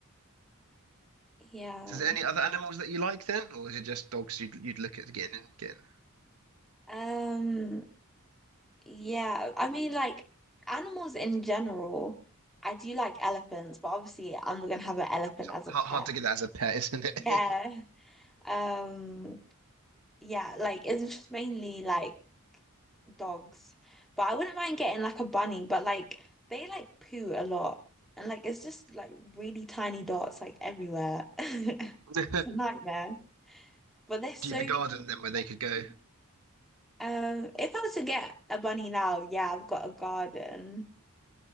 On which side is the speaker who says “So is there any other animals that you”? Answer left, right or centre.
Right